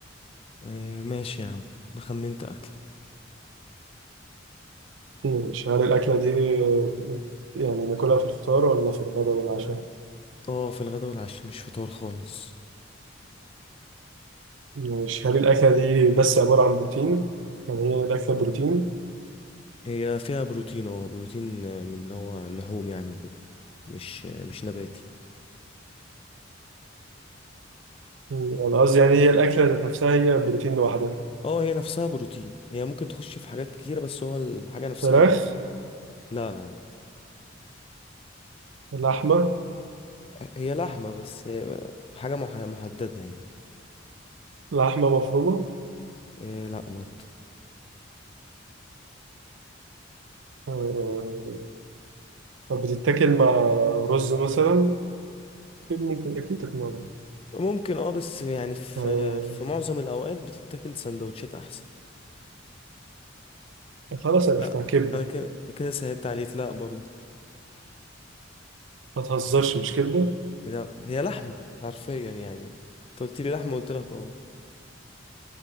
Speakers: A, on the left; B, on the right.
A: آه، ماشي يا عم انا خمنت اكل
B: ماشي هل الأكلة دي آه، يعني ناكلها في الفطار ولا في الغداء والعشاء؟
A: اه في الغداء والعشاء مش فطار خالص
B: ماشي هل الأكلة دي بس عبارة عن بروتين؟ يعني هي الأكلة بروتين؟
A: هي فيها بروتين اه بروتين آه، من اللي هو اللحوم يعني وكده مش آه، مش نباتي
B: أنا قصدي يعني هي الأكلة ذات نفسها هي بروتين لوحدها
A: اه هي نفسها بروتين هي ممكن تخش في حاجات كتيرة بس هو الحاجة نفسها
B: فراخ
A: بروتين لا لا لا
B: لحمة
A: هي لحمة بس آه، حاجة مح- محددة يعني
B: لحمة مفرومة
A: آه، لا برضو
B: آه، طب بتتاكل مع رز مثلا؟ أكيد ممكن أكيد تاكل مع رز
A: ممكن اه بس يعني في
B: آه،
A: آه، في معظم الأوقات بتتاكل سندوتشات أحسن
B: خلاص عرفتها
A: لا
B: كبدة
A: أنا كده كده سهلت عليك لا برضو
B: ما تهزرش مش كبدة
A: لا هي لحمة حرفيا يعني انت قلت لي لحمة قلت لك اه